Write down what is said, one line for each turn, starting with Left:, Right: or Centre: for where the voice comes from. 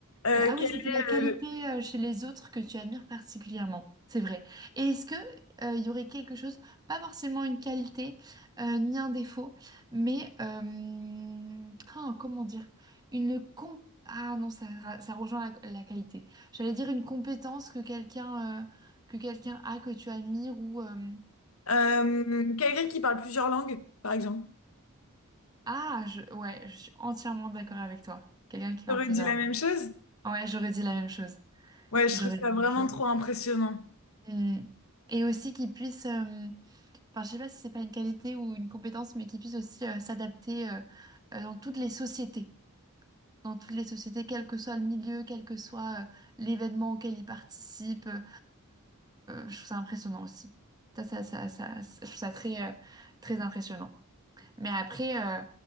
Left: Euh,
Right: Euh, ah
Left: quel
Right: oui, c'était
Left: est,
Right: la qualité
Left: euh,
Right: euh, chez les autres que tu admires particulièrement. C'est vrai. Et est-ce que euh, il y aurait quelque chose, pas forcément une qualité euh, ni un défaut, mais euh, ah, comment dire, une com- ah non, ça, ra- ça rejoint la, la qualité. J'allais dire une compétence que quelqu'un euh, que quelqu'un a que tu admires ou euh,
Left: euh, quelqu'un qui parle plusieurs langues, par exemple.
Right: ah je... ouais, je suis entièrement d'accord avec toi. Quelqu'un qui parle
Left: T'aurais
Right: plusieurs
Left: dit la
Right: langues.
Left: même chose?
Right: Ouais, j'aurais dit la même chose.
Left: Ouais, je
Right: J'aurais
Left: trouve ça
Right: dit la
Left: vraiment
Right: même chose.
Left: trop impressionnant.
Right: Mm. Et aussi qu'ils puissent, euh, enfin je sais pas si c'est pas une qualité ou une compétence, mais qu'ils puissent aussi euh, s'adapter euh, euh, dans toutes les sociétés, dans toutes les sociétés, quel que soit le milieu, quel que soit euh, l'événement auquel ils participent. Euh, je trouve ça impressionnant aussi. Ça, ça, ça, ça, je trouve ça très, euh, très impressionnant. Mais après, euh,